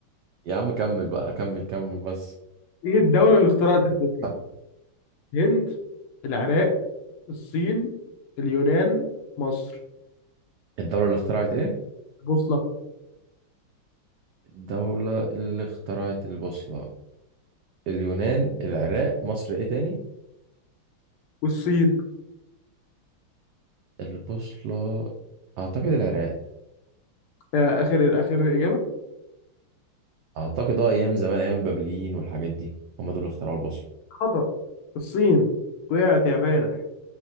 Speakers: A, on the right; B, on the left.
A: يا عم كمل بقى كمل كمل بس
B: إيه الدولة اللي اخترعت البوصلة؟
A: طب
B: الهند العراق الصين اليونان مصر
A: الدولة اللي اخترعت ايه؟
B: البوصلة
A: الدولة اللي اخترعت البوصلة اليونان العراق مصر ايه تاني؟
B: والصين
A: البوصلة اعتقد العراق
B: آه، آخر آخر إجابة
A: اعتقد اه ايام زمان ايام البابليين والحاجات دي هم دول اللي اخترعوا البوصلة
B: خطأ الصين وقعت يا فالح